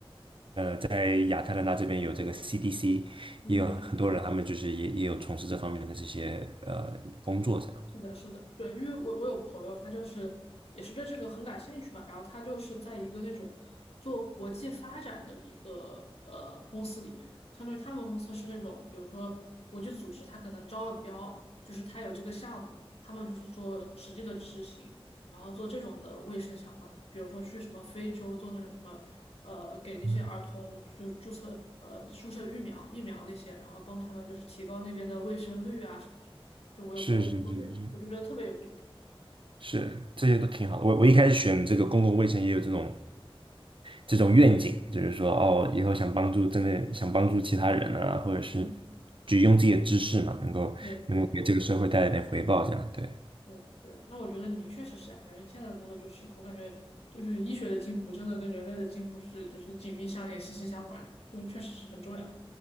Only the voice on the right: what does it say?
在亚特兰大这边有这个 CDC，
也有很多人，他们就是也也有从事这方面的这些呃工作，这样
嗯
是是是是，
是这些都挺好的。我我一开始选这个公共卫生也有这种这种愿景，就是说哦，以后想帮助真的想帮助其他人啊，或者是
就用自己的知识嘛，能够能够给这个社会带来点回报，
这样对。